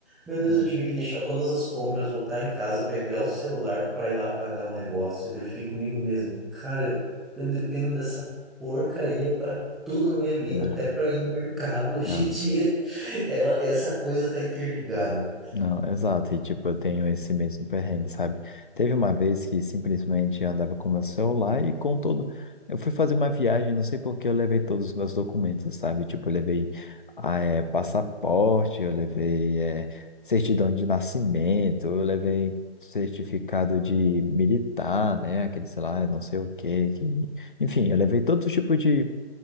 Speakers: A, in the centre; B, on the left.
A: Meu Deus,
B: Não,
A: eu tive que deixar todas as compras, voltar em casa, pegar o celular para ir lá pagar o negócio. E daí eu fiquei comigo mesmo, cara, eu, eu dependo dessa porcaria para tudo na minha vida,
B: não,
A: até para ir no mercado <laughs> hoje
B: não.
A: em dia. <laughs> Ela, essa coisa tá interligada.
B: Não, exato. E tipo, eu tenho esse mesmo perrengue, sabe? Teve uma vez que simplesmente eu andava com meu celular e com todo. Eu fui fazer uma viagem, não sei por que eu levei todos os meus documentos, sabe? Tipo, eu levei ah, é, passaporte, eu levei é, certidão de nascimento, eu levei certificado de militar, né? Aquele, sei lá, não sei o quê, que. Enfim, eu levei todo tipo de